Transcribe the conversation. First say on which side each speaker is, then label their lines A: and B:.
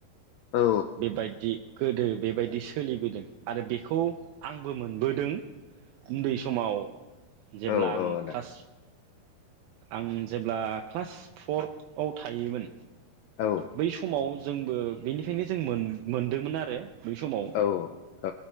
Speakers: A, on the left; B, on the right.
A: औ
B: बेबायदि। गोदो बेबायदि सोलिबोदों आरो बेखौ आंबो मोनबोदों। उन्दै समाव जेब्ला
A: औ
B: आं
A: औ आदा
B: क्लास। आं जेब्ला क्लास फर आव थायोमोन।
A: औ
B: बै समाव। जोंबो बेनिफ्रायनो। जों मोनदोंमोन आरो। बै समाव
A: औ औ